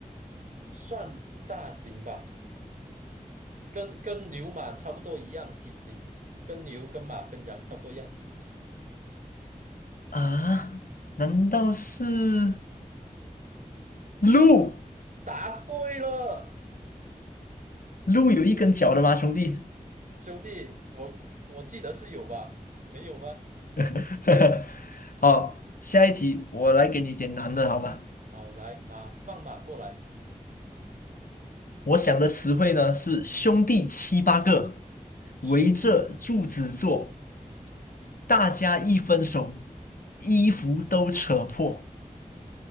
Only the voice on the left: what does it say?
啊，难道是鹿？
鹿有一根脚的吗，兄弟？
<laughs> 好，下一题我来给你点难的，好吧？
我想的词汇呢是兄弟七八个，
围着柱子坐，大家一分手，衣服都扯破。